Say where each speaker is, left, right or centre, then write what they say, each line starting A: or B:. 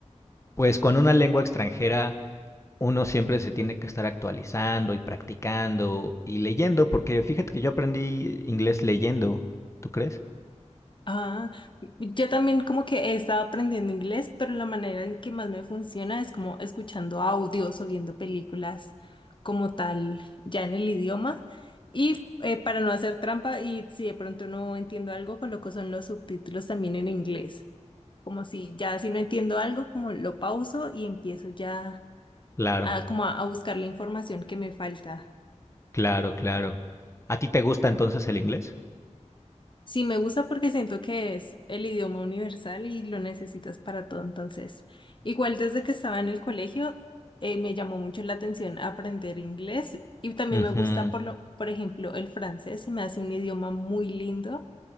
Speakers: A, on the left (about 25°); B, on the left (about 40°).
A: pues con una lengua extranjera, uno siempre se tiene que estar actualizando y practicando y leyendo, porque fíjate que yo aprendí inglés leyendo, ¿tú crees?
B: Ah, yo también como que he estado aprendiendo inglés, pero la manera en que más me funciona es como escuchando audios o viendo películas como tal, ya en el idioma. Y eh, para no hacer trampa y si de pronto no entiendo algo, coloco son los subtítulos también en inglés. Como si ya si no entiendo algo, como lo pauso y empiezo ya
A: Claro,
B: a, como a a buscar la información que me falta.
A: claro, claro. ¿A ti te gusta entonces el inglés?
B: Sí, me gusta porque siento que es el idioma universal y lo necesitas para todo. Entonces, igual desde que estaba en el colegio, eh, me llamó mucho la atención aprender inglés y también
A: Ujú,
B: me gusta, por lo, por ejemplo, el francés, se me hace un idioma muy lindo.